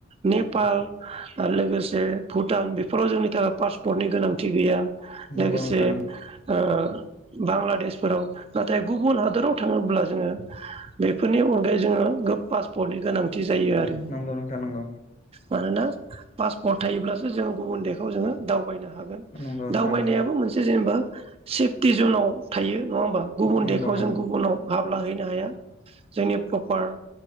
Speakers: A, on the right; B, on the left.
A: नेपाल आरो लोगोसे भुटान बेफोराव जोंनि थाखाय पासपर्टनि गोनांथि गैया।
B: नंगौ
A: लोगोसे
B: नोंथां नोंगौ।
A: ओ बांलादेशफोराव नाथाय गुबुन हादराव थाङोब्ला जोङो बेफोर नि अनगायै जोङो पासपर्टनि गोनांथि जायो आरो।
B: नंगौ नोंथां नंगौ
A: मानोना पासपर्ट थायोब्लासो जोङो गुबुन देसखौ जोङो दावबायनो हागोन
B: नंगौ नोंथां
A: दावबायनायाबो
B: नंगौ
A: मोनसे जेनेबा सेफटि जोंनाव थायो। नङा होमबा गुबुन
B: नंगौ
A: देखआव जों गुबुनाव हाबला हैैनो हाया जोंनि प्रपार